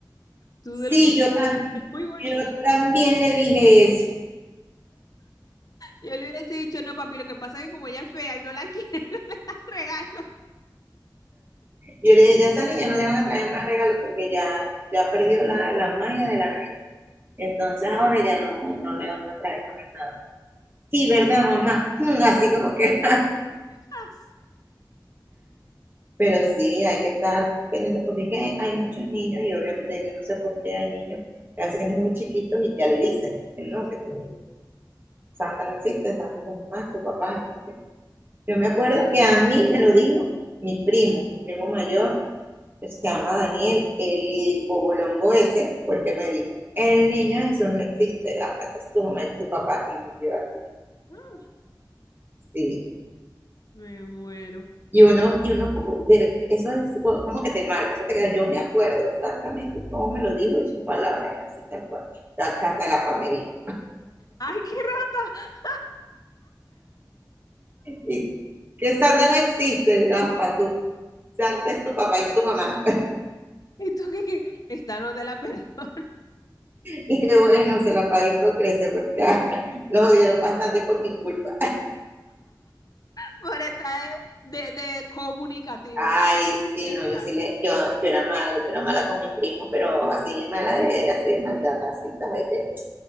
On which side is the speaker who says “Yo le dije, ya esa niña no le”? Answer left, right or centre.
Right